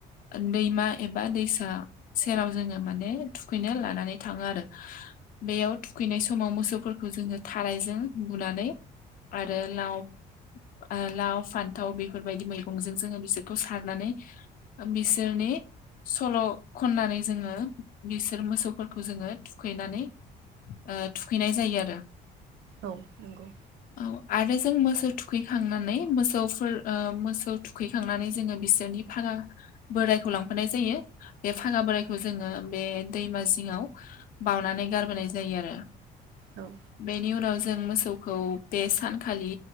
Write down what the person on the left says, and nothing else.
ओ दैमा एबा दैसा सेराव जोङो माने थुखैनो लानानै थाङो आरो बेयाव थुखैनाय समाव मोसौफोरखौ जोङो थारायजों बुनानै आरो लाव ओ लाव फान्थाव बेफोरबायदि मैगंजों जोङो बिसोरखौ सारनानै ओ मिस दोरनि सल' खननानै जोङो बिसोर मोसौफोरखौ जोङो थुखैनानै ओ थुखैनाय जायो आरो
औ आरो जों मोसौ थुखैखांनानै मोसौफोर ओ मोसौ थुखैखांनानै जोङो बिसोरनि फागा बोरायखौ लांफानाय जायो बे फागा बोरायखौ जोङो बे दैमा जिङाव बावनानै गारबोनाय जायो आरो
बेनि उनाव जों मोसौ मोसौखौ बे सानखालि